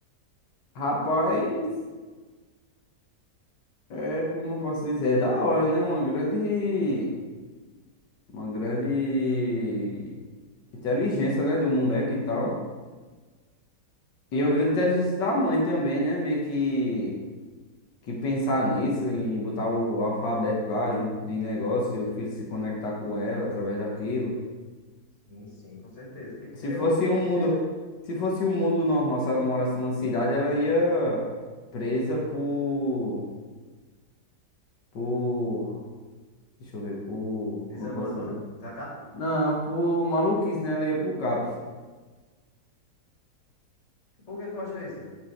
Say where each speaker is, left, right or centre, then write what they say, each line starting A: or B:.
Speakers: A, on the left; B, on the left.
A: Rapaz, é como eu posso dizer, é da hora, né? Uma grande. Uma grande inteligência, né? Do moleque e tal. E o grito de inteligência da mãe também, né? Meio que, que pensar nisso, e botar o alfabeto lá junto de negócio e o filho se conectar com ela através daquilo.
B: Sim, sim, com certeza. Tem que
A: Se
B: ter,
A: fosse
B: o- tem
A: um
B: que
A: mundo,
B: ter, né?
A: se fosse um mundo normal, se ela morasse numa cidade, ela ia presa por, por, deixa eu ver, por,
B: Desabandono?
A: como eu posso dizer?
B: Desacato?
A: Não, por maluquice, né? Ela ia pro CAPS.
B: Por que tu acha isso?